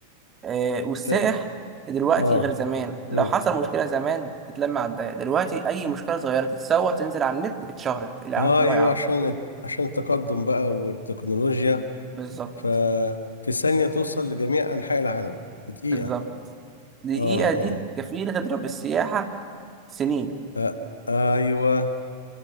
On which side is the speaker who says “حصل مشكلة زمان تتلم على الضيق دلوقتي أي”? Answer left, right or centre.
Right